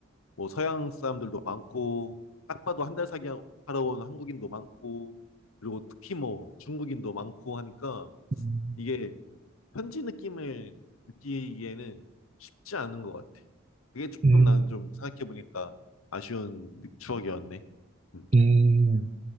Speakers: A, on the left; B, on the right.
A: 뭐 서양 사람들도 많고 딱 봐도 한 달 사기 하- 하러 온 한국인도 많고 그리고 특히 뭐 중국인도 많고 하니까
B: 음,
A: 이게 편지 느낌을 느끼기에는 쉽지 않은 것 같아. 그게 조금
B: 음.
A: 나는 좀 생각해보니까 아쉬운 느- 추억이었네. 음.
B: 음,